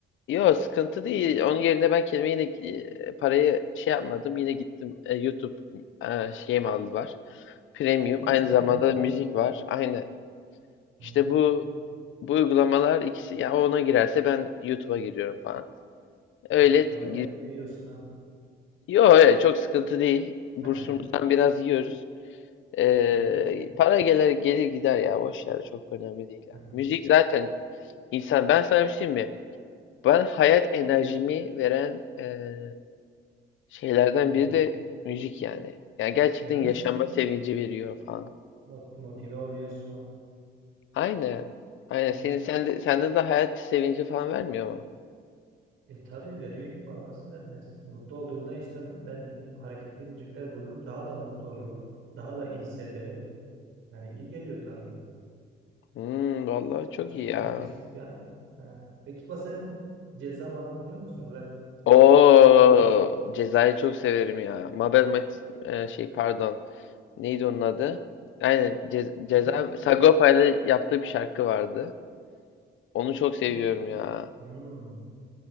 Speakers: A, on the left; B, on the right.
A: yok sıkıntı değil. Onun yerine ben kendime yine e, parayı şey yapmadım. Yine gittim e, YouTube e, şeyim aldı var. Premium.
B: YouTube
A: Aynı
B: Prime
A: zamanda
B: mı?
A: da müzik var.
B: Evet.
A: Aynı.
B: Hmm.
A: İşte bu bu uygulamalar ikisi ya ona girerse ben YouTube'a giriyorum falan.
B: Sen
A: Öyle gir-
B: Paraya kıyıyorsun ha.
A: Yok evet, çok sıkıntı değil. Bursumuzdan
B: <laughs>
A: biraz yiyoruz. Ee,
B: Ha,
A: para gelir gelir gider ya boş ver çok önemli değil ya.
B: ha.
A: Müzik zaten insan ben sana bir şey diyeyim mi? Ben hayat enerjimi veren ee, şeylerden
B: Hmm.
A: biri de müzik yani. Yani gerçekten
B: Yani
A: yaşama
B: s-
A: sevinci veriyor falan.
B: mot- motive oluyorsun.
A: Aynen. Aynen senin
B: Yani,
A: sende sende de hayat sevinci falan vermiyor mu?
B: e tabii veriyor İkbal nasıl vermez? Mutlu olduğunda işte ben gidip hareketli müzikler bulurum. Daha da mutlu olurum. Daha da iyi hissederim. Yani iyi geliyor tabii.
A: Hmm, vallahi çok
B: Açıkçası
A: iyi ya.
B: müziksiz yani. Ha. Peki İkbal sen ceza falan biliyor musun? Rap
A: O
B: herhalde biliyorsun.
A: Ceza'yı çok severim ya. Mabel Mat e, şey pardon. Neydi onun adı? Yani Ce Ceza
B: Hangisi?
A: Sagopa ile yaptığı bir şarkı vardı. Onu çok seviyorum
B: <laughs>
A: ya.
B: Hmm.